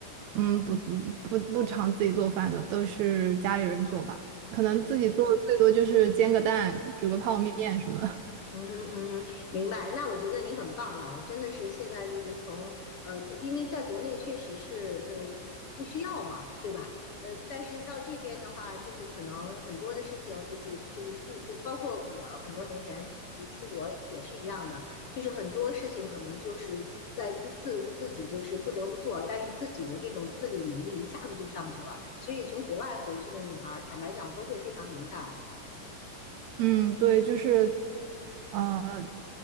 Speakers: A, on the right; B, on the left.
A: 嗯，不不不常自己做饭的，都是家里人做吧。可能自己做最多就是煎个蛋、
B: 对。
A: 煮个泡面什么的
B: 嗯哼嗯哼，明白。那我觉得你很棒啊，真的是现在就是从呃，不因为在国内确实是呃不需要嘛，对吧？呃，但是到这边的话，就是可能很多的事情就是就是自，呃包括我很多年前呃出国也是一样的，就是很多事情可能就是在自自自己就是不得不做，但是自己的这种自理能力一下子就上去了，所以从国外回去的女孩儿，坦白讲都会非常能干。
A: <laughs> 嗯，对，就是呃，